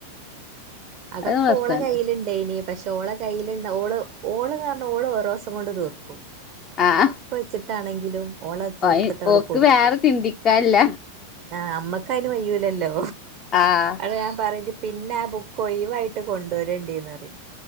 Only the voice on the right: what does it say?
അതൊക്കോളെ
കയ്യ്ല്ണ്ടായ്നി പക്ഷെ ഓളെ കയ്യില്ണ്ട ഓള്, ഓള്ന്ന് പറഞ്ഞാ ഓള് ഓരോസം കൊണ്ട് തീർക്കും. ഇഞ്ഞൊറപ്പ്
വെച്ചിട്ടാണെങ്കിലും ഓളത് തീർത്തിട്ടതണ്
കൊടുക്കും.
ആ അമ്മക്കയ്ന് മയ്യൂലല്ലോ.
<unintelligible> ഞാൻ പറിം, ഇജ് പിന്നെ ആ ബുക്ക് ഒയ് വായിട്ട് കൊണ്ടൊരോണ്ടി പറിം.